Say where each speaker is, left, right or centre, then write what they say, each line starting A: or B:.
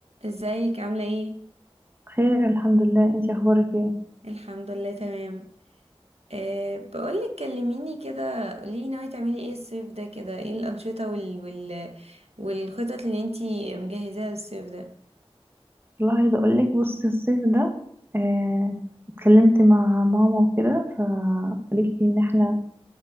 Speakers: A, on the right (about 80°); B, on the right (about 20°).
A: ازيك عاملة ايه؟
B: خير الحمد لله انتي اخبارك ايه
A: الحمد لله تمام أه بقولك كلميني كده قوليلي ناوية تعملي ايه الصيف ده كده ايه الأنشطة وال... وال... والخطط اللي انتي مجهزاها للصيف ده
B: والله عايزه اقول لك بصي الصيف ده آه اتكلمت مع ماما وكده فقالت لي ان احنا